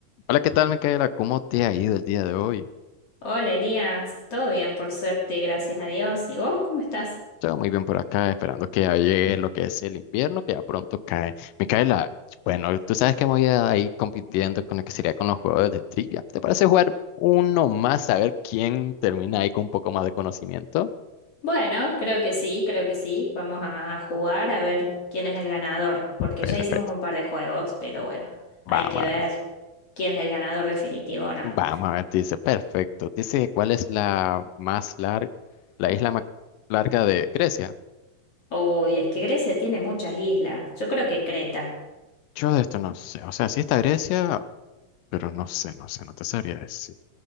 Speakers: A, on the left (about 80°); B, on the left (about 40°).
A: Hola, ¿qué tal, Micaela? ¿Cómo te ha ido el día de hoy?
B: Hola Elías, todo bien por suerte, gracias a Dios. ¿Y vos cómo estás?
A: Todo muy bien por acá, esperando que ya llegue lo que es el invierno, que ya pronto cae. Micaela, bueno, tú sabes que me voy a ir compitiendo con lo que sería con los juegos de trivia. ¿Te parece jugar uno más, a ver quién termina ahí con un poco más de conocimiento?
B: Bueno, creo que sí, creo que sí. Vamos a jugar a ver quién es el ganador, porque
A: Perfecto.
B: ya hicimos un par de juegos, pero bueno,
A: Vamos
B: hay que ver
A: a ver.
B: quién es el ganador definitivo o no.
A: Vamos a ver, dice, perfecto. Dice, ¿cuál es la más larga, la isla más larga de Grecia?
B: Uy, es que Grecia tiene muchas islas. Yo creo que Creta.
A: Yo de esto no sé. O sea, si está Grecia. pero no sé, no sé, no te sabría decir.